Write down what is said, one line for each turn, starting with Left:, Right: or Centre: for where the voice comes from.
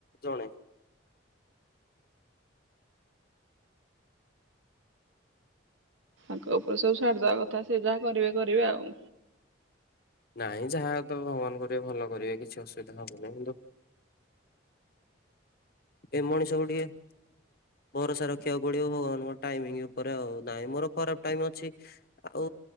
Left: ଜଣେ।
Right: ତାଙ୍କ ଉପରେ ସବୁ ଛାଡିଦବା କଥା ସେ ଯାହା କରିବେ କରିବେ ଆଉ।
Left: ନାଇଁ ଯାହା ତ ଭଗବାନ କରିବେ ଭଲ କରିବେ କିଛି ଅସୁବିଧା ହବନିଁ କିନ୍ତୁ ଏ ମଣିଷ କୁ ଟିକିଏ ଭରସା ରଖିବାକୁ ପଡିବ ଭଗବାନଙ୍କୁ ଟାଇମ୍ ଉପରେ ଆଉ ନାହିଁ ମୋର ଖରାପ ଟାଇମ ଅଛି। ଆଉ